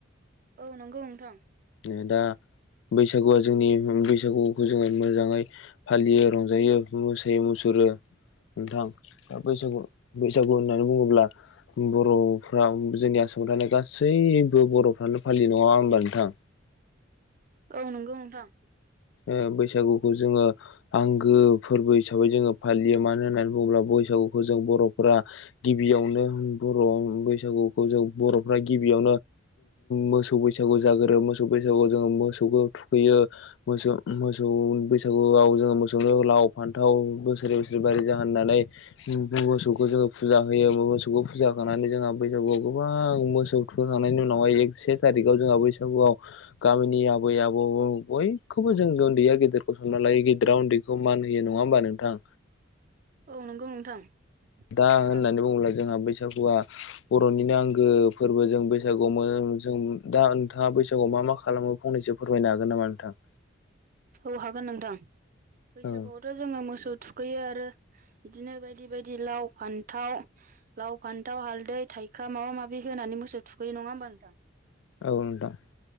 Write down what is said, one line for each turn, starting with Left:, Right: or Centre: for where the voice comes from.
Right: औ नंगौ नोंथां।
Left: ओ दा बैसागुआ जोंनि बैसागुखौ जोङो मोजाङै फालियो रंजायो मोसायोै मुसुर रो नोंथां, दा बैसागु बैसागु होननानै बुङोब्ला बर'फ्रा जोंनि आसाम आसामाव थानाय गासैबो बर'फ्रानो फालियो नङा होनबा नोंथां?
Right: औ नंगौ नोंथां।
Left: ओ बैसागुखौ जोङो आंगो फोरबो हिसाबै जोङो फालियो मानो होननानै बुङोब्ला बैसागुखौ जों बर'फोरा गिबियावनो बर' बैसागुखौ जों बर'फ्रा गिबियाव मोसौ बैसागु जागोरो मोसौ बैसागुआव जोङो मोसौखौ थुखैयो मोसौ मोसौ बैसागुआव जोङो मोसौनो लाव फान्थाव बोसोरै बोसोरै बारि जाहोन होननानै मोसौखौ जोङो फुजा होयो मोसौखौ फुजा होखांनानै जोंहा बैसागुआव गोबां मोसौ बुथुखांनायनि उनावहाय एक से थारिखाव जोंहा बैसागुआव गामिनि आबै आबौ बय खौबो जों उन्दैया गेदेरखौ सनमान लायो गेदिरा उन्दैखौ मान होयो नङा होमबा नोंथां?
Right: औ नंगौ नोंथां।
Left: दा
Right: थार
Left: होननानै बुङोब्ला जोंहा बैसाग बैसागुआ बरनिनो आंगो फोरबो जों बैसागुआव जों दा नोंथाङा बैसागुआव मा मा मा खालामो फंनैसो फोरमायनो हागोन नामा नोंथां?
Right: औ हागोन नोंथां बैसागुआवथ
Left: औ
Right: जोङो मोसौ थुखैयो आरो बिदिनो बायदि बायदि लाव फान्थाव लाव फान्थाव हालदै थाइखा माबा माबि हो होनानै मोसौ थुखैयो नङा होमबा नोंथां?
Left: औ नोंथां?